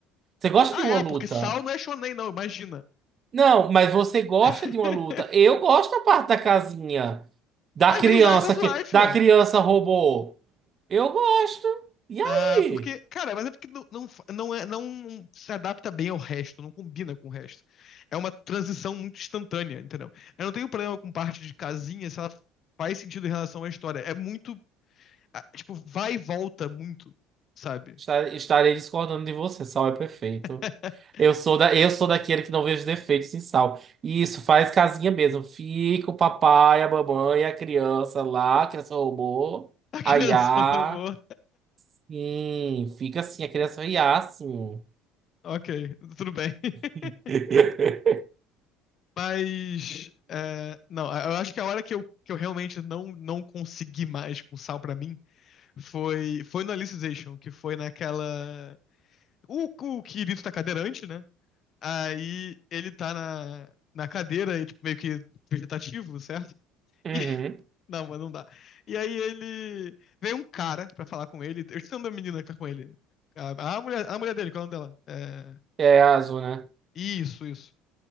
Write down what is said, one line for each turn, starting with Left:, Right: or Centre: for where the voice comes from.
Right: Você gosta
Left: Ah,
Right: de uma
Left: é,
Right: luta.
Left: porque Saul não é shonen, não, imagina.
Right: Não, mas você gosta
Left: <laughs>
Right: de uma luta. Eu gosto da parte da casinha. Da
Left: Mas
Right: criança
Left: vez Slice of
Right: que.
Left: Life,
Right: Da
Left: ué.
Right: criança robô. Eu gosto. E aí?
Left: Ah, porque, cara, mas é porque não, não, fa- não, é, não se adapta bem ao resto, não combina com o resto. É uma transição muito instantânea, entendeu? Eu não tenho problema com parte de casinha se ela faz sentido em relação à história. É muito ah, tipo, vai e volta muito, sabe?
Right: Estar- Estarei discordando de você. Sal é perfeito.
Left: <laughs>
Right: Eu sou da, eu sou daquele que não vejo defeitos em Sal. E isso faz casinha mesmo. Fica o papai, a mamãe, a criança lá, a criança robô.
Left: A criança
Right: A Iá.
Left: roubou.
Right: Sim, fica assim, a criança Iá, sim.
Left: Ok, tudo bem. <laughs>
Right: <laughs>
Left: Mas, é, não, eu acho que a hora que eu, que eu realmente não, não consegui mais com sal pra mim foi, foi no Alicization, que foi naquela. O, o Kirito tá cadeirante, né? Aí ele tá na, na cadeira, e, tipo, meio que vegetativo, certo?
Right: Uhum.
Left: E Não, mas não dá. E aí ele. Veio um cara pra falar com ele. Eu esqueci o nome da menina que tá com ele. A, a mulher, a mulher dele, qual é o nome dela? É,
Right: É azul, né?
Left: Isso, isso.